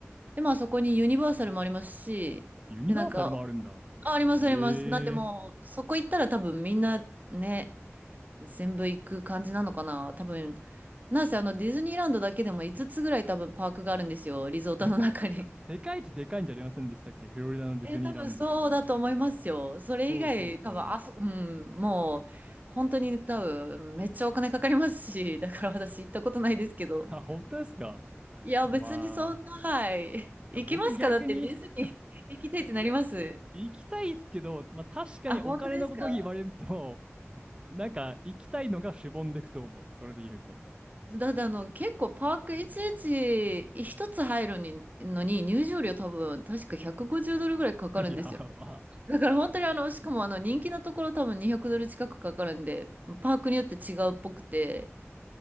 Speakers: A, on the right; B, on the right.
A: で、まあそこにユニバーサルもありますし、
B: い。ユニバーサルもあるんだ。
A: で、なんか、あ、あります、
B: へえ。
A: あります。なんでもう、そこ行ったら多分みんなね、全部行く感じなのかな。多分、なんせあのディズニーランドだけでも5つつぐらい多分パークがあるんですよ、リゾートの中に。
B: なんか、世界一でかいんじゃありませんでしたっけ、フロリダのディズニーランドって。
A: え、多分そうだと思いますよ。それ以外、
B: そうそうそう。
A: 多分あそ、うん、もう、本当に多分、めっちゃお金かかりますし、だから私行ったことないですけど。
B: あ、本当ですか
A: いや、別にそんな、
B: あま
A: はい。行きますかだって、
B: あ、僕逆に
A: ディズニー
B: <laughs>
A: <laughs> 行きたいってなります。
B: いや、行きたいっすけど、まあ確かにお金のこと言われると、
A: あ、本当ですか
B: なんか行きたいのがしぼんでくと思う。それで言うと。
A: だってあの、結構パークいちいち一つ入るにのに入場料多分、確か150ドルぐらいかかるんですよね。
B: <laughs> やば
A: だから本当にあの、しかもあの、人気なところ多分200ドル近くかかるんで、パークによって違うっぽくて、